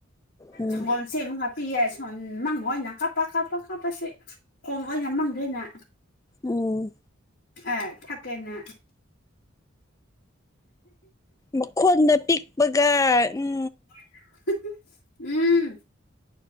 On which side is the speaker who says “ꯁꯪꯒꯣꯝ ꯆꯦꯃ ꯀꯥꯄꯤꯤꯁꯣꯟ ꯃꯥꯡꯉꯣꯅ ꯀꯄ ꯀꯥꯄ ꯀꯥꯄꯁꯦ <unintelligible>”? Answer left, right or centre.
Left